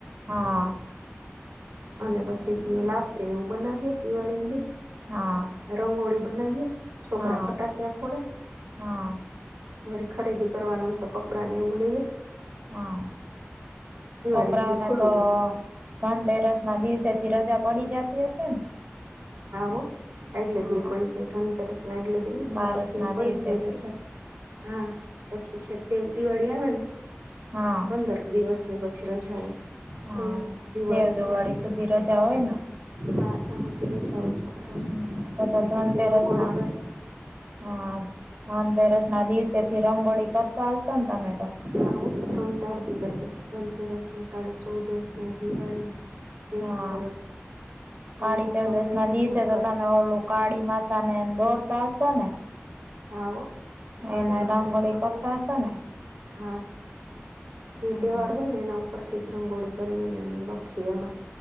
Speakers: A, on the right; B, on the right.
A: હા.
B: અને પછી લાવશે ને એવું બનાવીએ દિવાળી ંદે
A: હા
B: રંગોળી બનાવીએ છોકરા
A: હા
B: ફટાક્યા ફોડે
A: હા
B: વળી ખરીદી કરવાનું હોય તો કપડા ને એવું લઈએ.
A: હા
B: દિવાડી
A: છોકરાઓને
B: ને દી ખુલ્લું
A: તો
B: હોય
A: ધનતેરસ ના દિવસે થી રજા પડી જતી હશે ને.
B: હા હો. આગલે
A: હા
B: દિ યે પડી જાય ધનતેરસ આગલે દિ હોય
A: બારસ
B: તે પછી
A: ના
B: પડી
A: દિવસેથી
B: જાય રજા. હા પછી છેક દેવ દિવાળી આવે ને
A: હા
B: પંદર દિવસ ની પછી રજા હોય
A: હા
B: તમે દિવાળી
A: દેવ
B: પર
A: સુધી રજા હોય ને
B: હા ત્યાં સુધી રજા હોય છોકરાઓને.
A: હમ તો
B: એટલે
A: તો ધનતેરસ
B: પછી રંગ ગોળી
A: ના
B: કરી
A: હા ધનતેરસ ના દિવસેથી રંગોળી કરતા હશો ને તમે તો?
B: હા હો ત્રણ ચાર દી કરીએ ધનતેરસ ને કાળી ચૌદશ ને દિવાળી ને બેસતું
A: હા
B: વરસ ને
A: કાળી
B: અમુક
A: ચૌદશ
B: તો ભાઈ
A: ના
B: બીજ
A: દિવસે
B: માંય કરે
A: તો તમે ઓ લોકો કાળી માતા ને દોરતા હશો ને
B: હા હો કાળી
A: એના
B: માતા
A: રંગોળી
B: નું દોરીએ
A: પડતા હશો ને?
B: હા જે
A: હમ
B: તહેવાર હોય ને એ નવ ઉપરથી જ રંગોળી કરી ને લખીએ એમાં